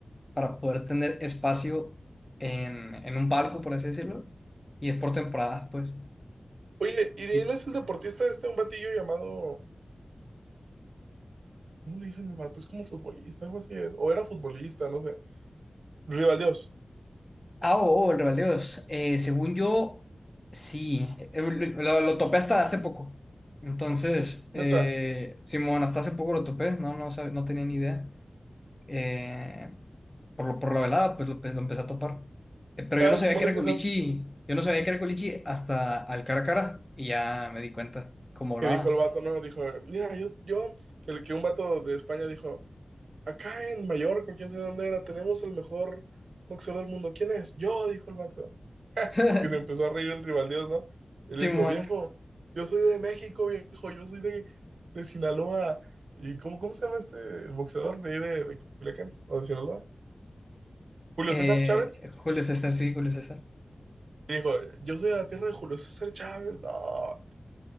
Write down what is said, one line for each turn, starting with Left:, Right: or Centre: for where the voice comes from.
Left: para poder tener espacio en, en un barco, por así decirlo, y es por temporada, pues.
Right: Oye, ¿y de
Left: Y-
Right: ahí no es el deportista este, un batillo llamado... ¿Cómo le dicen al vato? Es como futbolista, algo así es. O era futbolista, no sé. Rivaldios,
Left: Ah, oh, oh, el Real de Eh, según yo, sí, Eh, eh, lo, lo topé hasta hace poco. Entonces,
Right: Dios,
Left: eh,
Right: neta.
Left: Simón, hasta hace poco lo topé, no, no, sab- no tenía ni idea. eh, por, lo- por la velada, pues lo, pues, lo empecé a topar. Eh, Pero
Right: Ah,
Left: yo no sabía
Right: Simón
Left: que era
Right: es que
Left: culichi,
Right: eso-
Left: yo no sabía que era culichi hasta al cara a cara y ya me di cuenta, como hablaba.
Right: que dijo el vato, ¿no? Dijo, mira, yo, yo, que, que un vato de España dijo, acá en Mallorca, quién sabe dónde era, tenemos el mejor boxeador del mundo. ¿Quién es? Yo, dijo el vato. <laughs>
Left: <laughs>
Right: Y que se empezó a reír el rivaldios, ¿no? Y le
Left: Simón,
Right: dijo, viejo, yo soy de México, viejo, yo soy de, de Sinaloa. ¿Y cómo, cómo se llama este boxeador de ahí de, de Culiacán? ¿O de Sinaloa? Julio
Left: eh,
Right: César Chávez.
Left: Julio César, sí, Julio César.
Right: Y Dijo, yo soy de la tierra de Julio César Chávez. No,